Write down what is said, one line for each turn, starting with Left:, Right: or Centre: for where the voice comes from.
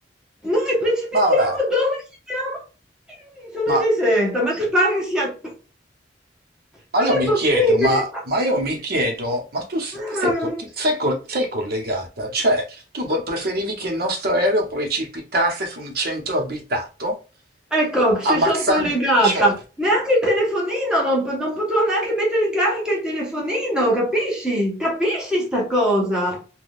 Centre: noi precipitiamo
Right: Maura,
Centre: dove siamo? In un'isola
Right: ma
Centre: deserta, ma ti pare che sia... <laughs>
Right: Ma
Centre: Non
Right: io
Centre: è
Right: mi
Centre: possibile.
Right: chiedo, ma, ma io mi chiedo, ma tu si-
Centre: Ah.
Right: ti sei, co- ti- sei col- sei collegata? Cioè, tu vo- preferivi che il nostro aereo precipitasse su un centro abitato,
Centre: Ecco, se
Right: ammazzando...
Centre: sono collegata.
Right: Cioè,
Centre: Neanche il telefonino, non, po- non potrò neanche mettere in carica il telefonino, capisci? Capisci sta cosa? Eh,